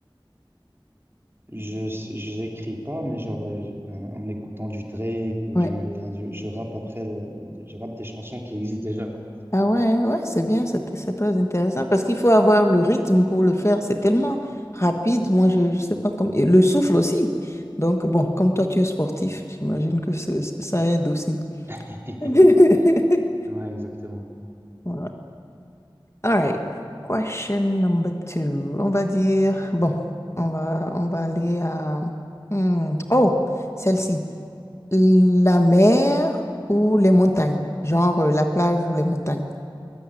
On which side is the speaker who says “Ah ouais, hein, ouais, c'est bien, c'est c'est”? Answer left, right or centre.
Left